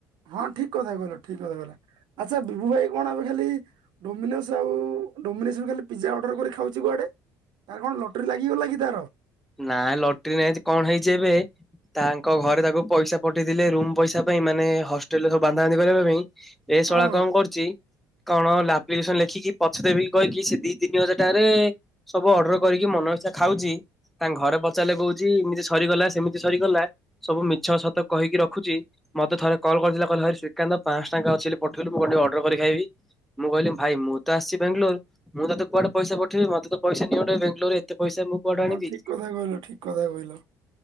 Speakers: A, on the right (about 65°); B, in the centre.
A: ହଁ ଠିକ୍ କଥା କହିଲ ଠିକ୍‌ କଥା କହିଲା ଆଚ୍ଛା ବିଭୁ ଭାଇ କଣ ଆମେ ଖାଲି ଡୋମିନୋସ୍ ଆଉ ଡୋମିନୋସସ୍‌ ର ଖାଲି ପିଜା ଅର୍ର କରି ଖାଉଛି କୁଆଡେ। ତାର କଣ ଲଟରୀ ଲାଗିଗଲା କି ତାର?
B: ନାଁ ଲଟିରୀ ନାଇଁଜି କଣ ହେଇଛି ଏବେ? ତାଙ୍କ ଘରେ ତାକୁ ପଇସା ପଠେଇଥିଲେ ରୁମ୍ ପଇସା ପାଇଁ। ମାନେ ହଷ୍ଟେଲରେ ସବୁ ବାନ୍ଧା ବାନ୍ଧି କରିବା ପାଇଁ ଏ ଶଳା
A: ହଁ
B: କଣ କରୁଚି? କଣ ଲା ପ୍ଲି କେସନ ଲେଖିକି ପଛେ ଦେବି କହିକି ସେ ଦି ତିନି ହଜାର ଟଙ୍କାରେ ସବୁ ଅଡ୍ରର କରିକି ମନ ଇଛା ଖାଉଚି ତାଙ୍କ ଘରେ ପଚାରିଲେ କହୁଚି ଏମିତି ସରିଗଲା ସେମିତି ସରିଗଲା ସବୁ ମିଛ ସତ କହିକି ରଖୁଚି। ମତେ ଥରେ କଲ୍ କରିଥିଲା କହିଲା ହଇରେ ଶ୍ରୀକାନ୍ତ ପାଆଁଶ ଟଙ୍କା ଅଛି ବୋଲି ପଠେଇଲୁ ମୁଁ କଣ ଟିକେ ଅଡ୍ରର କରିକି ଖାଇବି। ମୁଁ କହିଲି ଭାଇ ମୁଁ ତ ଆସିଚି ବ୍ୟାଙ୍ଗଲୋର। ମୁଁ ତତେ କୁଆଡେ ପଇସା ପଠେଇବି ମତେ ତ ପଇସା ନିଅଣ୍ଟ ଏଇ ବ୍ୟାଙ୍ଗଲୋରେ ଏତେ ପଇସା ମୁଁ କୁଆଡୁ
A: ହଁ
B: ଆଣିବି
A: ଠିକ କଥା କହିଲ ଠିକ କଥା କହିଲ।